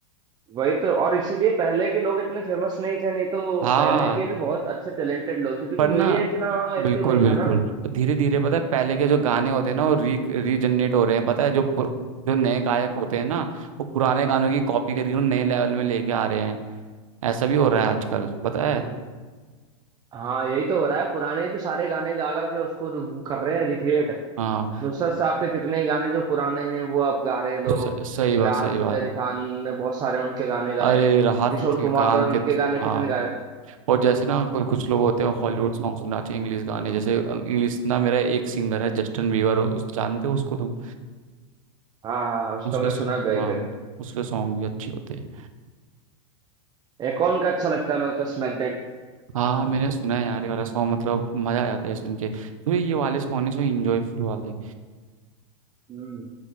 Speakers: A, on the right; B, on the right.
A: वही तो और इसीलिए पहले के लोग इतने फेमस नहीं थे नहीं तो
B: हाँ
A: पहले के भी बहुत अच्छे टैलेंटेड लोग थे क्योंकि
B: पर ना
A: मीडिया इतना एक्टिव
B: बिल्कुल
A: नहीं
B: बिल्कुल
A: था ना
B: धीरे धीरे पता है पहले के जो गाने होते हैं ना वो री रीजनरेट हो रहे हैं पता है जो पु- जो नए गायक होते हैं ना वो पुराने गानों की कॉपी करके उन्हें नए लेवल में लेके आ रहे हैं ऐसा भी हो रहा है आजकल पता है
A: हाँ यही तो हो रहा है पुराने ही तो सारे गाने गा गा के उसको रू- कर रहे हैं रिक्रिएट
B: हाँ
A: नुसरत साहब के कितने ही गाने जो पुराने हैं वो अब गा रहे हैं लोग
B: स, सही बात
A: राहत
B: सही
A: फतेह
B: बात
A: अली खान ने बहुत सारे उनके गाने गाए
B: अरे राहत
A: किशोर
B: फतेह
A: कुमार
B: खान
A: दा इनके
B: के तो-
A: गाने कितने
B: हाँ
A: गाए
B: और जैसे ना कोई- कुछ लोग होते हैं हॉलीवुड सॉन्ग सुनना चाहिए इंग्लिश गाने जैसे इंग्लिश ना मेरा एक सिंगर है जस्टिन बीवर उस जानते हो उसको तुम
A: हाँ हाँ हाँ, उसका
B: उसके
A: मैं
B: सो-
A: सुना है बेबे
B: हाँ उसके सॉन्ग भी अच्छे होते हैं
A: एक और उनका अच्छा लगता है मेरे को स्मैक दैट
B: हाँ मैंने सुना है यार ये वाला सॉन्ग मतलब मजा आ जाता है सुन के तो ये वाले सॉन्ग है जो इंजॉयफुल वाले
A: हम्म